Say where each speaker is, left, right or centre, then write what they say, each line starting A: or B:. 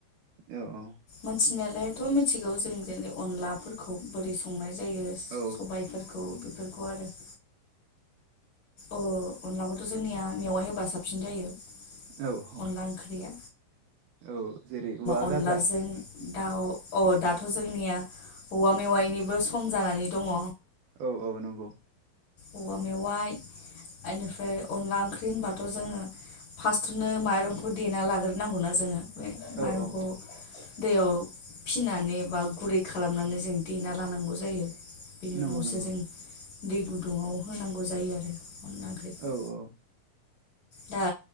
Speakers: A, on the right; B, on the left.
A: औ औ
B: मिथिनायालायथ' मिथिगौ जों जेरै अनलाफोरखौ बोरै संनाय जायो
A: औ
B: सबाइफोरखौ बेफोरखौ आरो अ अनलाखौथ' जोंनिया मेवाय होबा साबसिन जायो।
A: औ औ
B: अनला ओंख्रिया
A: औ जेरै औवा
B: अनलाजों
A: गाजा
B: दाउ अ दाथ' जोंनिया औवा मेवाइनिबो सम जानानै दङ।
A: औ औ नंगौ
B: औवा मेवाइ बेनिफ्राय अनला ओंख्रि होनबाथ' जोङो फार्स्टनो माइरंखौ देना लाग्रो नांगौना जोङो बे माइरंखौ
A: औ औ औ
B: दैयाव फिनानै एबा गुरै खालामनानै जों देना लानांगौ जायो। बेनि
A: नंगौ
B: उनावसो
A: नंगौ
B: जों दिग गुदुङाव होनांगौ जायो आरो। ओंख्रिखौ
A: औ औ
B: दा